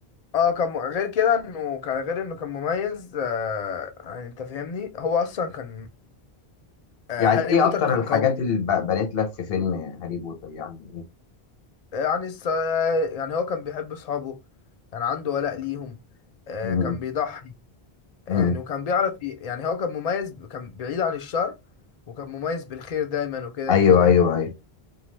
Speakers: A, on the left; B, on the left.
A: آه، كان م- غير كده انه كان غير انه كان مميز آه يعني انت فاهمني هو اصلا كان آه
B: يعني
A: هاري
B: ايه
A: بوتر
B: اكتر
A: كان
B: الحاجات
A: قوي
B: اللي ب- بنت لك في فيلم هاري بوتر يعني ايه
A: يعني الس- يعني هو كان بيحب اصحابه كان عنده ولاء ليهم آه
B: مم.
A: كان بيضحي يعني
B: مم.
A: وكان بيعرف ي- يعني هو كان مميز كان بعيد عن الشر وكان مميز بالخير دايما وكده
B: ايوه
A: انت فاهمني
B: ايوه ايوه